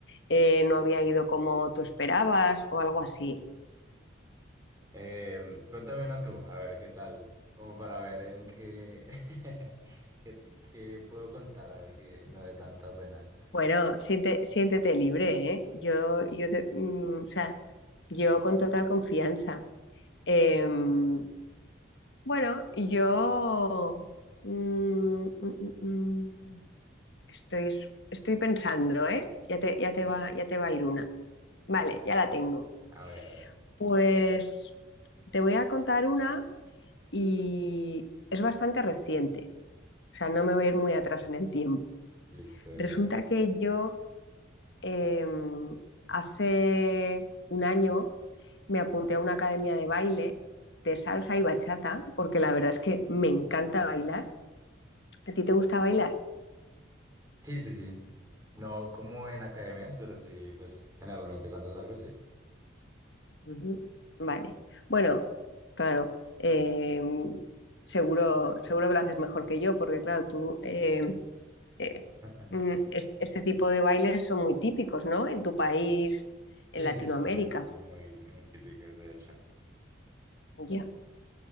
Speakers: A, on the left; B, on the right.
A: eh, no había ido como tú esperabas o algo así.
B: Em, cuéntame una tú, a ver qué tal, como para ver en qué, <laughs> qué, qué puedo contar, a ver que no dé tanta pena.
A: Bueno, siente- siéntete libre, ¿eh? Yo, yo te- mm, o sea, yo con total confianza. Em, bueno, yo, mm, mm, mm, mm. Estoy, estoy pensando, ¿eh? Ya te, ya te va, ya te va a ir una. Vale, ya la tengo.
B: A ver, a ver,
A: Pues te voy a contar una y es bastante reciente. O sea, no me voy a ir muy atrás en el tiempo.
B: listo, de
A: Resulta
B: una.
A: que yo em, hace un año me apunté a una academia de baile de salsa y bachata, porque la verdad es que me encanta bailar. ¿A ti te gusta bailar?
B: Sí, sí, sí. No como en academias, pero sí, pues generalmente cuando salgo, sí.
A: Ujú. Vale. Bueno, claro. eh, seguro, seguro que lo haces mejor que yo, porque claro, tú, eh, eh,
B: <laughs>
A: mm, est- este, tipo de bailes son muy típicos, ¿no? En tu país,
B: Sí,
A: en Latinoamérica.
B: sí, sí, sí, muy, muy típicos, de hecho.
A: Ya.